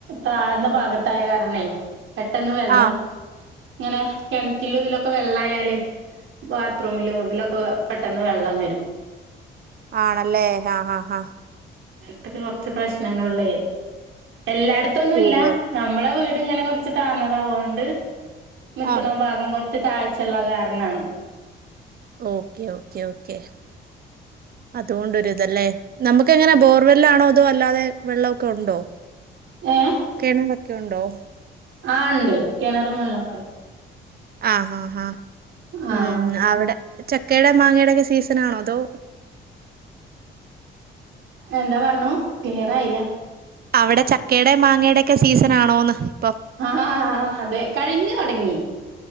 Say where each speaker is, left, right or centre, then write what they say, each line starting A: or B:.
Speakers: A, on the right; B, on the right.
A: താഴ്ന്ന ഭാഗത്തായകാരണെ പെട്ടെന്ന് വെള്ളം
B: ആഹ്
A: ഇങ്ങനെ കിണറ്റില് ഇതിലൊക്കെ വെള്ളായാല് ബാത്റൂമില് ഇതിലൊക്കെ പെട്ടെന്ന് വെള്ളം വരും
B: ആണല്ലേ ഹാ ഹാ ഹാ
A: ത്തൊക്കെ കുറച്ച് പ്രശ്നങ്ങളുള്ളേ എല്ലായിടത്തൊന്നും ഇല്ല
B: ഏരിയ
A: നമ്മളെ വീട് ഇങ്ങനെ കൊറച്ച് താന്നതാവോണ്ട് നിക്കണ
B: ആഹ്
A: ഭാഗം കുറച്ച് താഴ്ചുള്ള കാരണാണ്
B: ഓക്കെ ഓക്കെ ഓക്കെ അതുകൊണ്ടൊരു ഇതല്ലേ നമുക്ക് ഒക്കെ എങ്ങന ബോർവെല്ലാണോ അതോ അല്ലാതെ വെള്ളൊക്കെ ഒണ്ടോ
A: ഏഹ്
B: കിണർ ഒക്കെ ഉണ്ടോ
A: ആണ്ടേയ് കിണറും വെള്ളോക്ക
B: ആ ഹാ ഹാ
A: ആഹ്
B: ഉം ആവിടെ- ചക്കേടെ മാങ്ങേടൊക്കെ സീസനാണോ അതോ?
A: എന്താ പറ്ഞ്ഞുക്ലിയർ ആയില്ല
B: അവിടെ ചക്കേടെ മാങ്ങേടെക്കെ സീസൻ ആണോന്ന്- ഇപ്പം
A: ആ ഹാ ആ അതെ കഴിഞ്ഞു തൊടങ്ങി-